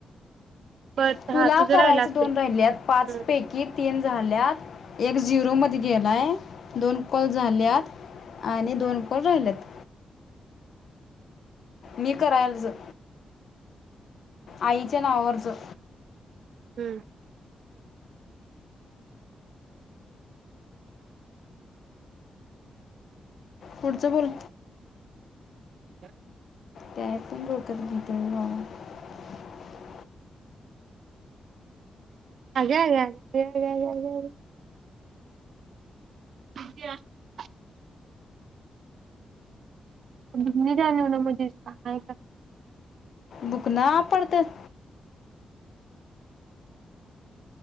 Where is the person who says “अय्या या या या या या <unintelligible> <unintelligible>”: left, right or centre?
Right